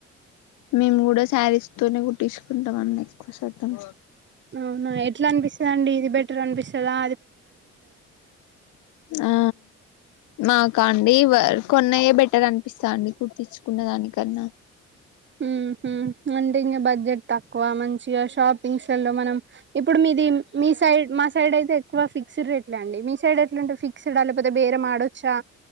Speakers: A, on the left; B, on the right.
A: మేము కూడా శారీస్ తోనే కుట్టిచ్చుకుంటాం అండి ఎక్కువ శాతం
B: అవునా ఎట్లా అనిపిస్తుంది అండి ఇది బెటర్ అనిపిస్త స్తదా
A: ఆ మాకా అండి కొన్నయే బెటర్ అనిపిస్తదండి కుట్టిచ్చుకున్న దానికన్నా
B: హ హ అంటే ఇంకా బడ్జెట్ తక్కువ మంచి షాపింగ్ల లో మనం ఇప్పుడు మీది మీ సైడ్ మా సైడ్ అయితే ఎక్కువ ఫిక్స్డ్ రేట్లే అండి మీ సైడ్ ఎట్లాంటే ఫిక్స్డ్ లేకపోతే బేరే మాడొచ్చా